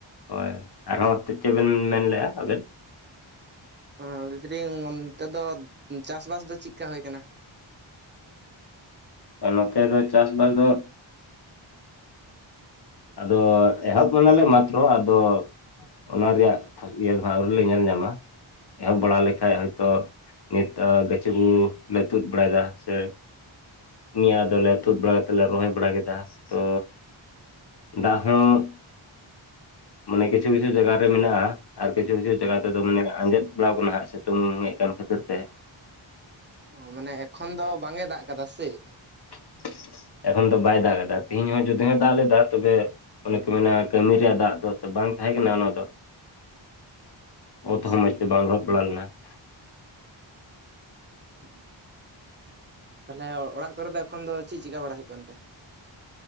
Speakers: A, on the left; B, on the right.
A: ᱦᱳᱭ ᱟᱨᱦᱚᱸ ᱪᱮᱫ ᱪᱚ ᱵᱮᱱ ᱢᱮᱱ ᱞᱮᱫ-ᱟ ᱟᱵᱮᱱ ᱾
B: ᱦᱚ, ᱞᱟᱹᱭ ᱮᱫᱟᱞᱤᱧ ᱚᱱᱛᱮ ᱫᱚ ᱪᱟᱥᱵᱟᱥ ᱫᱚ ᱪᱮᱫᱠᱟ ᱦᱩᱭ ᱟᱠᱟᱱᱟ?
A: ᱟᱨ ᱱᱚᱛᱮ ᱫᱚ ᱪᱟᱥᱵᱟᱥ ᱫᱚ ᱟᱫᱚ ᱮᱦᱚᱵ ᱠᱟᱱᱟ ᱞᱮ ᱢᱟᱛᱨᱚ ᱟᱫᱚ ᱚᱱᱟ ᱨᱮᱭᱟᱜ ᱤᱭᱟᱹ ᱫᱚ ᱦᱟᱸᱜ ᱟᱹᱣᱨᱤ ᱞᱮ ᱧᱮᱞ ᱧᱟᱢᱟ ᱮᱦᱚᱵ ᱵᱟᱲᱟ ᱞᱮᱠᱷᱟᱡ ᱦᱚᱭ ᱛᱚ ᱱᱤᱛ ᱟᱜ ᱜᱟᱪᱷᱤ ᱠᱚ ᱞᱮ ᱛᱩᱫ ᱵᱟᱲᱟᱭ ᱮᱫᱟ ᱦᱮᱥᱮ ᱾ ᱱᱤᱭᱟᱹ ᱟᱫᱚᱞᱮ ᱛᱩᱫ ᱵᱟᱲᱟ ᱠᱟᱛᱮ ᱞᱮ ᱨᱚᱦᱚᱭ ᱵᱟᱲᱟ ᱠᱮᱫᱟ ᱾ ᱛᱚ ᱫᱟᱜ ᱦᱚᱸ <inaudible> ᱢᱟᱱᱮ ᱠᱤᱪᱷᱩ ᱠᱤᱪᱷᱩ ᱡᱟᱭᱜᱟ ᱨᱮ ᱢᱮᱱᱟᱜᱼᱟ ᱾ ᱟᱨ ᱠᱤᱪᱷᱩ ᱠᱤᱪᱷᱩ ᱡᱟᱭᱜᱟ ᱛᱮᱫᱚ ᱢᱟᱱᱮ ᱟᱸᱡᱮᱫ ᱵᱟᱲᱟ ᱟᱠᱟᱱᱟ ᱦᱟᱸᱜ ᱥᱤᱛᱩᱝ ᱦᱮᱡ ᱟᱠᱟᱱ ᱠᱷᱟᱹᱛᱤᱨ ᱛᱮ ᱾
B: ᱚ, ᱢᱟᱱᱮ ᱮᱠᱷᱚᱱ ᱫᱚ ᱵᱟᱝ ᱮ ᱫᱟᱜ ᱟᱠᱟᱫᱟ ᱥᱮ ᱾
A: <unintelligible> ᱮᱠᱷᱚᱱ ᱫᱚ ᱵᱟᱭ ᱫᱟᱜ ᱟᱠᱟᱫᱟ ᱛᱤᱦᱤᱧ ᱦᱚᱸ ᱡᱩᱫ ᱫᱚᱢᱮ ᱫᱟᱜ ᱞᱮᱫᱟ ᱛᱚᱵᱮ ᱚᱱᱮ ᱠᱚ ᱢᱮᱱᱟ ᱠᱟᱹᱢᱤ ᱨᱮᱭᱟᱜ ᱫᱟᱜ ᱫᱚ ᱵᱟᱝ ᱛᱟᱦᱮᱸ ᱠᱟᱱᱟ ᱚᱱᱟ ᱫᱚ ᱾
B: ᱟᱪᱪᱷᱟ
A: ᱚᱛ ᱦᱚᱸ ᱢᱚᱡᱽ ᱛᱮ ᱵᱟᱝ ᱞᱚᱦᱚᱫ ᱵᱟᱲᱟ ᱞᱮᱱᱟ ᱾
B: ᱚ, <inaudible> ᱛᱟᱦᱞᱮ ᱚᱲᱟᱜ ᱠᱚᱨᱮ ᱫᱚ ᱮᱠᱷᱚᱱ ᱫᱚ ᱪᱮᱫ ᱪᱤᱠᱟ ᱵᱟᱲᱟ ᱦᱩᱭᱩᱜ ᱠᱟᱱ ᱛᱮ?